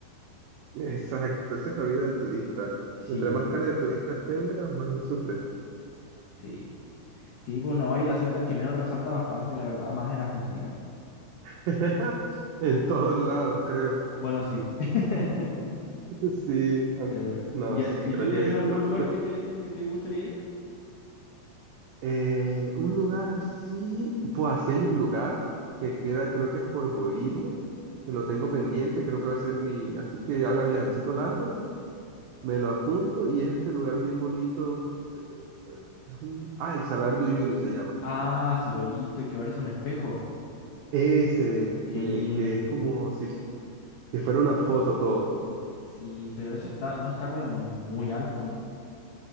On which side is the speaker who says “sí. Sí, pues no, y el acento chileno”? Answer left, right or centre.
Left